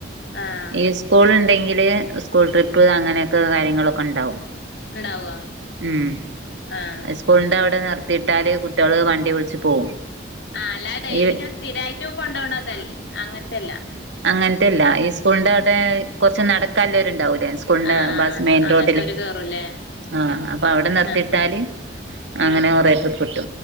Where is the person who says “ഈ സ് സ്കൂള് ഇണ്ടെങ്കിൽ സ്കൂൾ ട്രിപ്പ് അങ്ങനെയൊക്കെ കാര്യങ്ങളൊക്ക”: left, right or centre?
Right